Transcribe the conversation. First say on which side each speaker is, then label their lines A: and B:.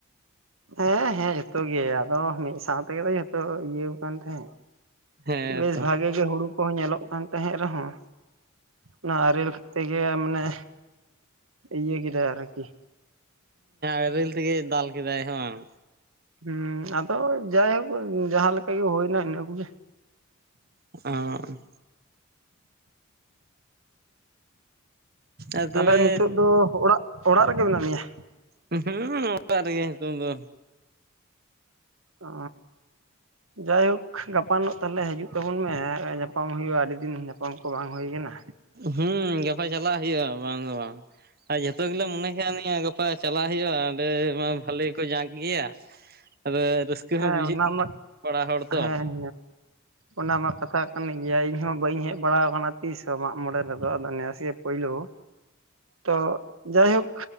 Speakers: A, on the right (about 80°); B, on the right (about 45°).
A: ᱦᱮᱸ ᱦᱮᱸ ᱡᱚᱛᱚ ᱜᱮ ᱟᱫᱚ ᱢᱤᱫ ᱥᱟᱶ ᱛᱮᱜᱮ ᱛᱚ ᱡᱚᱛᱚ ᱤᱭᱟᱹᱣ ᱠᱟᱱ ᱛᱟᱦᱮᱸᱫ
B: ᱦᱮᱸ
A: ᱵᱮᱥ
B: ᱛᱚ
A: ᱵᱷᱟᱜᱮ ᱜᱮ ᱦᱩᱲᱩ ᱠᱚ ᱧᱮᱞᱚᱜ ᱠᱟᱱ ᱛᱟᱦᱮᱸᱫ ᱨᱮᱦᱚᱸ ᱚᱱᱟ ᱟᱨᱮᱞ ᱛᱮᱜᱮ ᱢᱟᱱᱮ ᱤᱭᱟᱹ ᱠᱮᱫᱟᱭ ᱟᱨᱠᱤ
B: ᱟᱨᱤᱞ ᱛᱮᱜᱮ ᱫᱟᱞ ᱠᱮᱫᱟᱭ ᱦᱮᱸ ᱵᱟᱸᱜ
A: ᱦᱩᱸ ᱟᱫᱚ ᱡᱟᱭᱦᱳᱠ ᱡᱟᱦᱟᱸ ᱞᱮᱠᱟ ᱜᱮ ᱦᱩᱭᱱᱟ ᱤᱱᱟᱹ ᱠᱚᱜᱮ
B: ᱚ ᱦ ᱟᱨ
A: ᱛᱟᱦᱚᱞᱮ
B: ᱛᱚᱵᱮ
A: ᱱᱤᱛᱚᱜ ᱫᱚ ᱚᱲᱟᱜ ᱚᱲᱟᱜ ᱨᱮᱜᱮ ᱢᱮᱱᱟᱜ ᱢᱮᱭᱟ
B: ᱦᱩᱸ ᱚᱟᱨ ᱨᱮᱜᱮ ᱱᱤᱛᱳᱜ ᱫᱚ
A: ᱚ ᱡᱟᱭᱦᱳᱠ ᱜᱟᱯᱟᱱᱚᱜ ᱛᱟᱦᱞᱮ ᱦᱤᱡᱩᱜ ᱛᱟᱵᱚᱱ ᱢᱮ ᱧᱟᱯᱟᱢ ᱦᱩᱭᱩᱜᱼᱟ ᱟ. ᱰᱤ ᱫᱤᱱ ᱧᱟᱯᱟᱢ ᱠᱚ ᱵᱟᱝ ᱦᱩᱭ ᱠᱟᱱᱟ᱾
B: ᱦᱩᱸ ᱜᱟᱯᱟ ᱪᱟᱞᱟᱜ ᱦᱩᱭᱩᱜᱼᱟ ᱵᱟᱝ ᱫᱚ ᱵᱟᱝ ᱟᱨ ᱡᱷᱚᱛᱚ ᱜᱮᱞᱮ ᱢᱚᱱᱮ ᱠᱟᱣᱱᱤᱡ-ᱟ ᱜᱟᱯᱟ ᱪᱟᱞᱟᱜ ᱦᱩᱭᱩᱜᱼᱟ ᱚᱸᱰᱮ ᱢᱟ ᱵᱟᱹᱞᱤ ᱠᱚ ᱡᱟᱸᱠ ᱜᱮᱭᱟ ᱟᱫᱚ ᱨᱟᱹᱥᱠᱟᱹ
A: ᱦᱮᱸ
B: ᱦᱚᱸ ᱵᱩᱡᱷᱟᱹᱜ
A: ᱚᱱᱟ ᱢᱟ
B: <inaudible> ᱠᱚᱲᱟ ᱦᱚᱲ ᱛᱚ
A: ᱦᱮᱸ ᱚᱱᱟ ᱢᱟ ᱠᱟᱛᱷᱟ ᱠᱟᱱ ᱜᱮᱭᱟ ᱤᱧᱦ ᱵᱟᱹᱧ ᱦᱮᱡ ᱵᱟᱲᱟ ᱠᱟᱱᱟ ᱛᱤᱥᱦᱚᱸ ᱢᱟᱜ ᱢᱚᱬᱮ ᱨᱮᱫᱚ ᱟᱫᱚ ᱱᱮᱥ ᱜᱮ ᱯᱩᱭᱞᱩ ᱛᱚ ᱡᱟᱭᱦᱳᱠ